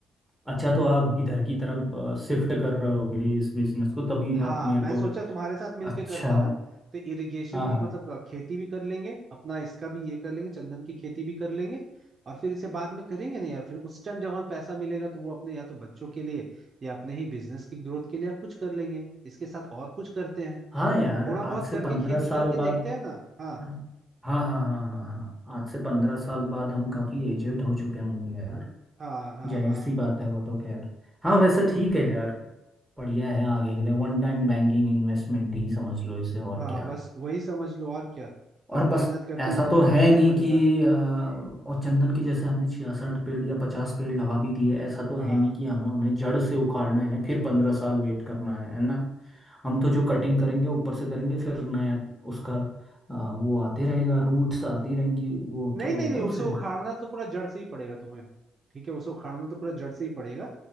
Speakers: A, in the centre; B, on the right (about 40°).
A: अच्छा तो आप इधर की तरफ शिफ्ट कर रहे होगे इस बिजनेस को तभी
B: हाँ
A: आप मेरे
B: मैं
A: को
B: सोचा तुम्हारे साथ मिलके
A: अच्छा
B: करता हूँ तो इरिगेशन
A: हाँ
B: भी
A: हाँ
B: मतलब अ, खेती भी कर लेंगे अपना इसका भी ये कर लेंगे चंदन की खेती भी कर लेंगे और फिर इसे बाद में करेंगे ना यार फिर उस टाइम जब हमें पैसा मिलेगा तो वो अपने या तो बच्चों के लिए या अपने ही बिजनेस की ग्रोथ के लिए आप कुछ कर लेंगे इसके साथ और कुछ करते हैं
A: हाँ यार
B: थोड़ा बहुत
A: आज से
B: करके
A: पंद्रह
B: खेती
A: साल
B: करके
A: बाद
B: देखते हैं ना हाँ
A: हाँ हाँ हाँ हाँ हाँ हाँ, आज से पंद्रह साल बाद हम काफ़ी एजेड हो चुके होंगे यार
B: हाँ हाँ
A: जाहिर
B: हाँ
A: सी बात है वो तो खैर हाँ वैसे ठीक है यार बढ़िया है आगे के लिए वन टाइम बैंकिंग इन्वेस्टमेंट ही समझ लो इसे और
B: हाँ
A: क्या
B: बस वही समझ लो और क्या हमें
A: और
B: मेहनत
A: बस
B: करती
A: ऐसा
B: रहनी पड़े
A: तो है
B: करनी
A: नहीं
B: पड़ेगा
A: कि आ,
B: हम्म
A: और चंदन की जैसे हमने छियासठ पेड़ या पचास पेड़ लगा भी दिए ऐसा तो
B: हाँ
A: है नहीं कि हमें उन्हें जड़ से उखाड़ना है फिर पंद्रह साल वेट करना है है ना हम तो जो कटिंग करेंगे ऊपर से करेंगे फिर नया उसका आ, वो आते रहेगा रूट्स आती रहेंगी वो
B: नहीं
A: क्या बोलते
B: नहीं नहीं
A: हैं
B: उसे
A: उसे
B: उखाड़ना तो पूरा जड़ से ही पड़ेगा तुम्हें ठीक है उसे उखाड़ना तो पूरा जड़ से ही पड़ेगा